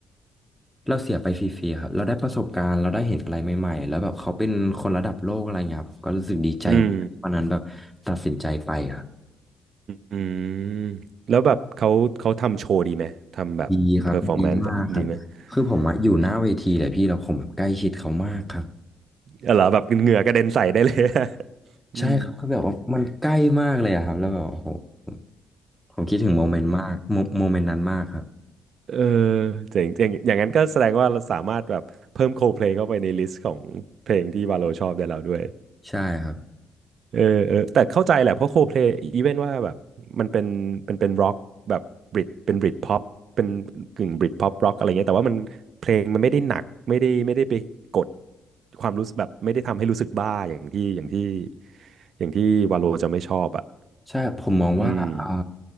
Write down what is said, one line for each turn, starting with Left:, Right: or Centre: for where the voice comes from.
Centre: เราเสียไปฟรีๆครับเราได้ประสบการณ์เราได้เห็นอะไรใหม่ๆแล้วแบบเขาเป็นคนระดับโลกอะไรเงี้ยครับผมก็รู้สึกดีใจเหมือนกันวันนั้นแบบตัดสินใจไปครับ
Right: อืมอืมแล้วแบบเขาเขาทำโชว์ดีไหมทำแบบเพอร์ฟอร์แมนซ์ดีไหม
Centre: ดีครับดีมากครับคือผมอะอยู่หน้าเวทีเลยพี่แล้วผมแบบใกล้ชิดเขามากครับ
Right: ดีเออเหรอแบบเหงื่อกระเด็นใส่ได้เลย <laughs> อืม
Centre: ใช่ครับคือแบบว่ามันใกล้มากเลยอะครับแล้วแบบโอ้โหผมผมคิดถึงโมเมนต์มากโมโมเมนต์นั้นมากครับ
Right: <laughs> เออเจ๋งเจ๋งอย่างนั้นก็แสดงว่าเราสามารถแบบเพิ่ม Coldplay เข้าไปในลิสต์ของเพลงที่วาโลชอบได้แล้วด้วย
Centre: ใช่ครับ
Right: เออเออแต่เข้าใจแหละเพราะ Coldplay อีเวนว่าแบบมันเป็นเป็นเป็นร็อกแบบบริตเป็นบริตพ็อปเป็นกึ่งบริตพ็อปร็อกอะไรเงี้ยแต่ว่ามันเพลงมันไม่ได้หนักไม่ได้ไม่ได้ไปกดความรู้สึกแบบไม่ได้ทำให้รู้สึกบ้าอย่างที่อย่างที่อย่างที่วาโลจะไม่ชอบอ่ะ
Centre: ใช่ผมมองว่าอ่า
Right: อืม